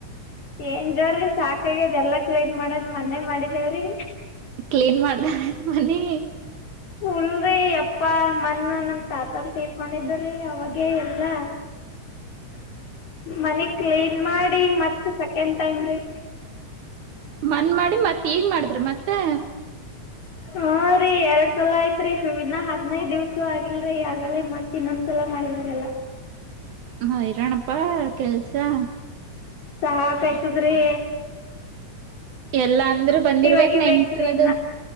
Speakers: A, on the left; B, on the right.
A: ಏನ್ ಜೋರಿ ಸಾಕಾಗ ಅದೆ ಎಲ್ಲಾ ಕ್ಲೀನ್ ಮಾಡದ್ ಮನೆೇ ಮಾಡಿದೇವ್ರಿ
B: ಕ್ಲೀನ್ ಮಾಡ್ದ ಮನೀ
A: ಉಲ್ರರಿ ಯಪ್ಪಾ ಮನ್ನ ನಮ್ ತಾತರ್ ತೀರ್ಕೊಂಡಿದ್ರಿ ಅವಾಗೇ ಎಲ್ಲಾ. ಮನಗ್ ಕ್ಲೀನ್ ಮಾಡಿ ಮತ್ತ ಸೆಕೆಂಡ್ ಟೈಮ್ ರೀ.
B: ಮನ್ ಮಾಡಿ ಮತ್ ಈಗ್ ಮಾಡಿದ್ರ ಮತ್ತೆ.
A: ಹಾ ರಿ ಎರಡ್ ಸಲ ಆಯ್ತ್ರಿನ್ನ ಹದ್ನೈದ ದಿವ್ಸ ಆಗಿಲ್ರಿ ಆಗಲೇ ಮತ್ತ್ ಇನ್ನೊಂದ್ಸಲ ಮಾಡಿದವ್ರಲ್ಲ
B: ಹಾ ಇರಾಣಪ್ಪಾ ಕೆಲ್ಸ
A: ಸಕಾಯ್ತಿದಿರಿ
B: ಎಲ್ಲಾ ಅಂದ್ರರು ಬಂದಿರ್ಬೇಕಕ್
A: ಒಗಿಬೇಕ್ರಿ
B: ನೆಂಟರದು
A: ಇನ್ನ